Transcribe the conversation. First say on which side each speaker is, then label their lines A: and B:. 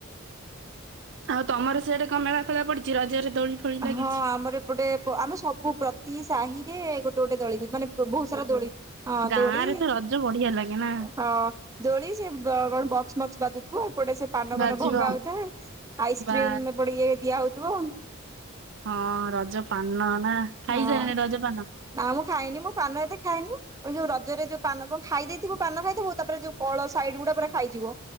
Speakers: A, on the right; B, on the right.
A: ଆଉ ତମର ସିଆଡେ କଣ ମେଳା ଫେଳା ପଡିଛି। ରଜରେ ଦୋଳି। ଫୋଳି ଲାଗିଛି?
B: ହଁ ଆମର ଏପଟେ ଆମେ ସବୁ ପ୍ରତି ସାହିରେ ଗୋଟେ ଗୋଟେ ଦୋଳି ମାନେ ବୋହୁତ ସାରା ଦୋଳି ହଁ
A: ଗାଁ
B: ଦୋଳି
A: ରେ ତ ରଜ ବଢିଆ ଲାଗେ ନା।
B: ହଁ। ଦୋଳି ସେ କଣ ବକ୍ସ ମକ୍ସ ବାଜୁଥିବ ଏପଟେ ସେ ପାନ
A: ବାଜିବ
B: ଫାନ ଭଙ୍ଗା ହୋଉଥାଏ ଆଇସ୍କ୍ରିମ
A: ବା
B: ଏପଟେ ଇଏ ଦିଆ ହୋଉଥିବ।
A: ହଁ ରଜପାନ ନା
B: ହଁ।
A: ଖାଇସାଇଲିଣି ରଜପାନ।
B: ନା ମୁଁ ଖାଇନି ମୁଁ ପାନ ଏତେ ଖାଏନି। ଯୋଉ ରଜରେ ଯୋଉ ପାନ କଣ ଖାଇ ଦେଇଥିବୁ ପାନ ଖାଇଥିବୁ ତାପରେ ଯୋଉ କଳ ସାଇଡ ଗୁଡା ପୁରା ଖାଇଯିବ।